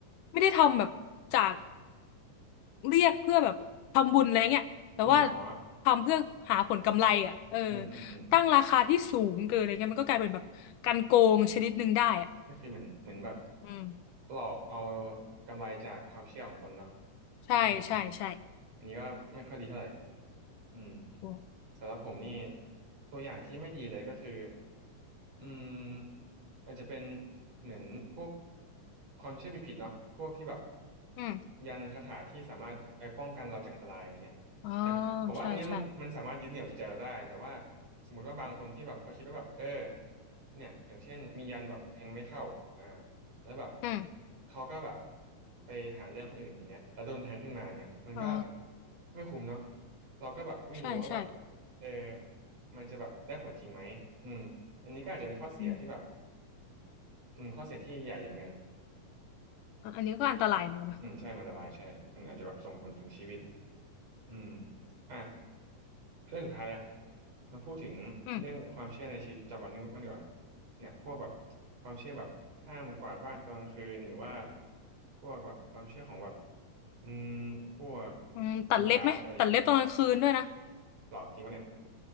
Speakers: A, on the left (about 75°); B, on the right (about 50°).
A: ไม่ได้ทำแบบจากเรียกเพื่อแบบทำบุญอะไรเงี้ยแต่ว่า
B: อืมอ๋อ
A: ทำเพื่อหาผลกำไรอ่ะเออ
B: อืมอืมอืม
A: ตั้งราคาที่สูงเกินอะไรเงี้ยมันก็กลายเป็นแบบการโกงชนิดหนึ่งได้อ่ะ
B: ก็คือเหมือนเหมือนแบบ
A: อืม
B: หลอกเอากำไรจากความเชื่อของคนเนาะ
A: ใช่
B: อืมอืม
A: ใช่ ใช่
B: อันนี้ก็ไม่ค่อยดีเท่าไหร่อืม
A: โอ้
B: สำหรับผมนี่ตัวอย่างที่ไม่ดีเลยก็คือ อืมอาจจะเป็นเหมือนพวกความเชื่อผิดๆเนาะพวกที่แบบ
A: อืม
B: ยันคาถาที่สามารถไปป้องกันเราจากอันตรายอะไรเงี้ยอ่ะผมว่าอันเนี้ยมันมันสามารถยึดเหนี่ยวจิตใจเราได้แต่ว่า
A: อ๋อใช่ใช่
B: สมมุติว่าบางคนที่แบบเขาคิดว่าแบบเออเนี่ยอย่างเช่นมียันแบบแทงไม่เข้าอ่าแล้วแบบ
A: อืม
B: เขาก็แบบไปหาเรื่องคนอื่นอย่างเงี้ยแล้วโดนแทงขึ้นมาอย่างเงี้ยมันก็
A: อ๋อ
B: ไม่คุ้มเนาะเราก็แบบไม่รู้ว่าแบบ
A: ใช่ใช่
B: เออ มันจะแบบได้ผลจริงไหมอืมอันนี้ก็อาจจะเป็นข้อเสียที่แบบ
A: อืม
B: อืมข้อเสียที่ใหญ่อยู่เหมือนกัน
A: อะอันนี้ก็อันตรายเหมือนกันนะ
B: อืมใช่มันอันตรายใช่มันอาจจะแบบส่งผลถึงชีวิตอืมอ่ะเรื่องสุดท้ายแล้วมาพูดถึงเรื่องความเชื่อในชีวิตประจำวันนึงมันดีกว่า
A: อืม
B: เนี่ยพวกแบบความเชื่อแบบห้ามกวาดบ้านตอนกลางคืนหรือว่าพวกแบบความเชื่อของแบบอืมพวก
A: อืมตัดเล็บไหมตัดเล็บตอนกลางคืนด้วยนะ
B: วิญญาณอะไรเงี้ยหรอจริงปะเนี่ย